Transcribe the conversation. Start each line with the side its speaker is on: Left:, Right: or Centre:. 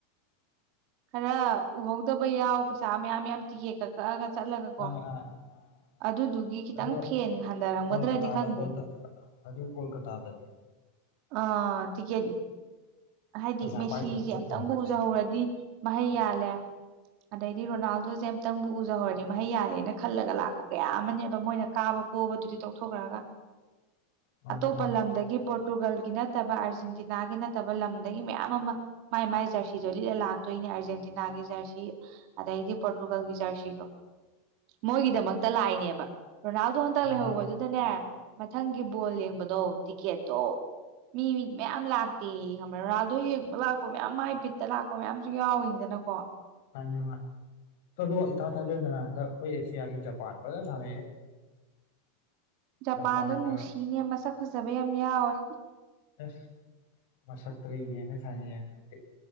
Right: ꯈꯔ ꯎꯍꯧꯗꯕ ꯌꯥꯎ ꯄꯩꯁꯥ ꯃꯌꯥꯝ ꯃꯌꯥꯝ ꯇꯤꯀꯦꯠ ꯀꯛ ꯀꯛꯑꯒ ꯆꯠꯂꯒ
Left: ꯃꯥꯅꯦ
Right: ꯀꯣ
Left: ꯑꯥ ꯑꯥ ꯑꯥ
Right: ꯑꯗꯨꯗꯨꯒꯤ ꯈꯤꯇꯪ
Left: ꯑꯗꯣ
Right: ꯐꯦꯟ ꯍꯟꯊꯔꯝꯒꯗ꯭ꯔꯗꯤ
Left: ꯀꯣꯜꯀꯇꯥꯗ
Right: ꯈꯪꯗꯦ
Left: ꯀꯣꯜꯀꯇꯥ ꯑꯗꯨ ꯀꯣꯜꯀꯇꯥꯗ
Right: ꯑ ꯇꯤꯀꯦꯠ ꯍꯥꯏꯗꯤ
Left: ꯄꯩꯁꯥ
Right: ꯃꯦꯁꯤꯁꯦ
Left: ꯄꯥꯏꯗꯕꯩ ꯆꯠꯇꯕꯅꯤ
Right: ꯑꯝꯇꯪꯕꯨ ꯎꯖꯍꯧꯔꯗꯤ ꯃꯍꯩ ꯌꯥꯜꯂꯦ ꯑꯗꯩꯗꯤ ꯔꯣꯅꯥꯜꯗꯣꯁꯦ ꯑꯝꯇꯪꯕꯨ ꯎꯖꯍꯧꯔꯗꯤ ꯃꯍꯩ ꯌꯥꯜꯂꯦꯅ ꯈꯜꯂꯒ ꯂꯥꯛꯄ ꯀꯌꯥ ꯑꯃꯅꯦꯕ ꯃꯣꯏꯅ ꯀꯥꯕ ꯄꯣꯕꯗꯨꯗꯤ ꯇꯧꯊꯣꯛꯈ꯭ꯔꯒ
Left: ꯃꯥꯅꯦ
Right: ꯑꯇꯣꯞꯄ
Left: ꯃꯥꯅꯦ
Right: ꯂꯝꯗꯒꯤ ꯄꯣꯔꯇꯨꯒꯜꯒꯤ ꯅꯠꯇꯕ ꯑꯥꯔꯖꯦꯟꯇꯤꯅꯥꯒꯤ ꯅꯠꯇꯕ ꯂꯝꯗꯒꯤ ꯃꯌꯥꯝ ꯑꯃ ꯃꯥꯏ ꯃꯥꯏ ꯖꯔꯁꯤꯗꯣ ꯂꯤꯠꯂ ꯂꯥꯛꯇꯣꯏꯅꯦ ꯑꯥꯔꯖꯦꯟꯇꯤꯅꯥꯒꯤ ꯖꯔꯁꯤ ꯑꯗꯩꯗꯤ ꯄꯣꯔꯇꯨꯒꯜꯒꯤ ꯖꯔꯁꯤꯗꯣ ꯃꯣꯏꯒꯤꯗꯃꯛꯇ ꯂꯥꯛꯏꯅꯦꯕ ꯔꯣꯅꯥꯜꯗꯣ ꯍꯟꯇꯛ ꯂꯩꯍꯧꯕꯗꯨꯗꯅꯦ
Left: ꯃꯥꯅꯦ
Right: ꯃꯊꯪꯒꯤ ꯕꯣꯜ ꯌꯦꯡꯕꯗꯣ ꯇꯤꯛꯀꯦꯠꯇꯣ ꯃꯤ ꯃꯤꯗꯤ ꯃꯌꯥꯝ ꯂꯥꯛꯇꯦ ꯈꯪꯕ ꯔꯣꯅꯥꯜꯗꯣ ꯌꯦꯡꯕ ꯂꯥꯛꯄ ꯃꯌꯥꯝ ꯃꯥꯏ ꯕꯤꯠꯇ ꯂꯥꯛꯄ ꯃꯌꯥꯝꯁꯨ ꯌꯥꯎꯋꯤꯅꯤꯗꯅꯀꯣ
Left: ꯃꯥꯅꯤ ꯃꯥꯟꯅꯤ ꯑꯗꯣ ꯏꯊꯥ ꯊꯥꯖꯗꯅ ꯍꯟꯗꯛ ꯑꯩꯈꯣꯏ ꯑꯦꯁꯤꯌꯥꯒꯤ ꯖꯄꯥꯟ ꯐꯖꯅ ꯁꯥꯟꯅꯩꯍ‌ꯦ
Right: ꯖꯄꯥꯟꯗꯣ
Left: ꯖꯄꯥꯟꯒ
Right: ꯅꯨꯡꯁꯤꯅꯦ ꯃꯁꯛ ꯐꯖꯕ ꯌꯥꯝ ꯌꯥꯎꯋꯦ
Left: ꯑꯁ ꯃꯁꯛꯇ ꯌꯦꯡꯉ ꯁꯥꯟꯅꯔꯗꯤ <unintelligible>